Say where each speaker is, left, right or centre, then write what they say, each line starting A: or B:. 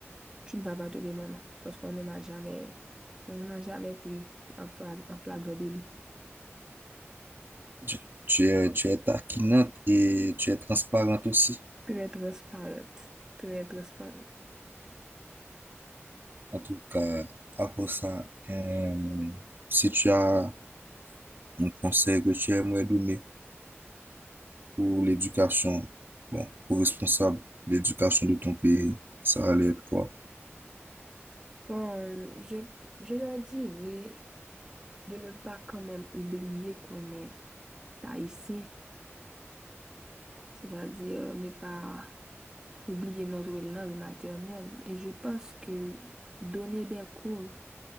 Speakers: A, on the right (about 15°); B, on the right (about 50°).
A: tu ne vas pas trouver mon nom, parce qu'on ne m'a jamais, on ne m'a jamais pris en fla- en flagrant délit.
B: Tu, tu es, tu es taquinante et tu es transparente aussi.
A: Très transparente, très transparente.
B: En tout cas, après ça, euh, si tu as un conseil que tu aimerais donner pour l'éducation, bon, pour responsable de l'éducation de ton pays, ça allait être quoi?
A: Bon, je, je leur dirais de ne pas quand même oublier qu'on est haïtien, c'est-à-dire euh, ne pas oublier notre langue maternelle. Et je pense que donner des cours